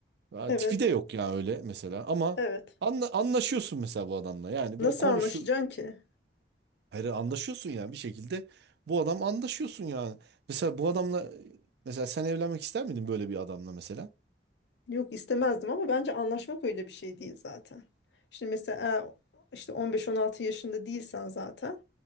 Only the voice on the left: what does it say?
Evet.
Evet.
Nasıl
anlaşacaksın ki?
Yok istemezdim ama bence anlaşmak öyle bir şey değil zaten. Şimdi mesela eğer işte 15-16 yaşında değilsen zaten